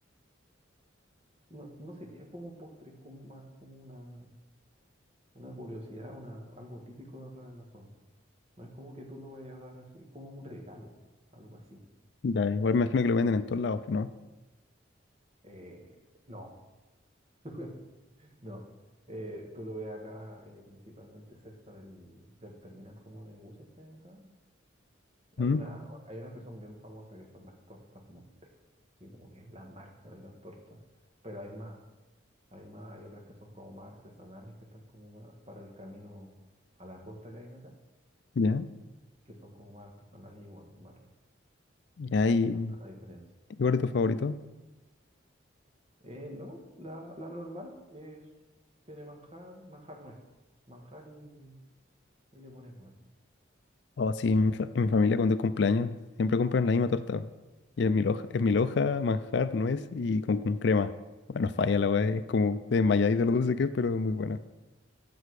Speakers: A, on the right; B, on the left.
A: no, no sería como postres, como más como una, una curiosidad, una, algo típico de acá de la zona. No es como que tú lo vayas a dar así, como un regalo, algo así.
B: Ya, igual me imagino que lo venden en todos lados, ¿no?
A: Eh, no, <laughs> no. Eh, tú lo ves acá, eh, principalmente cerca del, del terminal como de buses que hay acá.
B: ¿Mm?
A: Hay una, hay unas que son bien famosas, que son las tortas Montel. Sí, como que es la marca de las tortas. Pero hay más, hay más, hay otras que son como más artesanales, que están como para, para el camino a la costa que hay de acá,
B: ¿Ya?
A: que son como más artesanales y igual son más ricas.
B: Ya, ¿Y
A: Se nota
B: ahí?
A: la diferencia.
B: ¿y ¿Cuál es tu favorito?
A: Eh, no, la, la normal es, tiene manjar, manjar nuez, manjar y, y le pones nuez.
B: Oh, sí,
A: Y,
B: en mi, fa- en mi familia cuando es cumpleaños siempre compran la misma torta. Y
A: bueno,
B: es mi loja,
A: exactamente.
B: es mi loja, manjar, nuez y con, con crema. Bueno, falla la weá, es como te desmayáis de lo dulce que es, pero es muy buena.